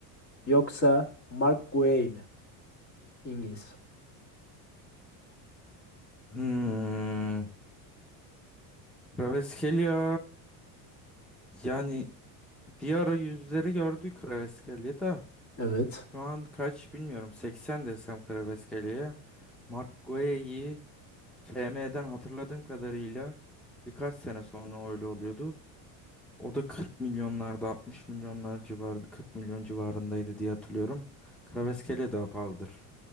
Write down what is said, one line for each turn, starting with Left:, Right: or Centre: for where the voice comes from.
Left: Yoksa Mark Guay mi? İngiliz.
Centre: Hmm. Kraveskelya. Yani bir ara yüzleri gördük Kraveskelya da.
Left: Evet.
Centre: Şu an kaç bilmiyorum. 80 desem Kraveskelya'ya. Mark Guehi FM'den hatırladığım kadarıyla birkaç sene sonra öyle oluyordu. O da 40 milyonlarda 60 milyonlar civarında 40 milyon civarındaydı diye hatırlıyorum. Kraveskelya daha pahalıdır.